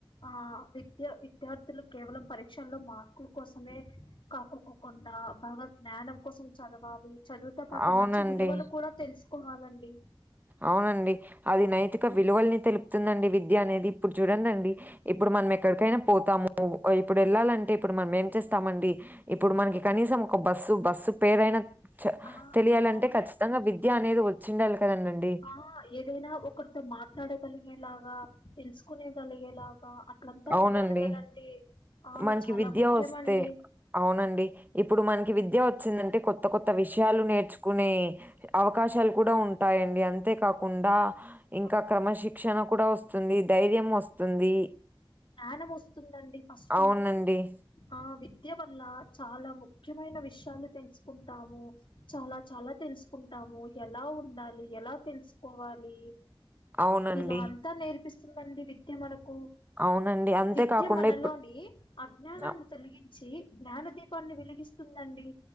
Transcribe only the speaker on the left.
ఆ విద్య విద్యార్థులు కేవలం పరీక్షల్లో మార్కుల కోసమే కా కుండా భగవ జ్ఞానం కోసం చదవాలి చదువుతో పాటు
మంచి విలువలు కూడా తెలుసుకోవాలండి
ఆ
అవునండి
ఆ ఏదైనా ఒకరితో మాట్లాడగలిగేలాగా తెలుసుకునే కలిగేలాగా అప్పుడంతా
ఉండాలి కదండి ఆ
చాలా
ముఖ్యమ
అండి
ఆ
జ్ఞానం వస్తుందండి ఫస్ట్
ఆ విద్య వల్ల చాలా ముఖ్యమైన విషయాలు తెలుసుకుంటాము చాలా చాలా తెలుసుకుంటాము ఎలా ఉండాలి ఎలా తెలుసుకోవాలి
ఇలా అంతా నేర్పిస్తుందండి విద్య మనకు
విద్య
మనలోని
అజ్ఞానాన్ని
కొలిగిం చ్చి జ్ఞాన దీపాన్ని వెలిగిస్తుందండి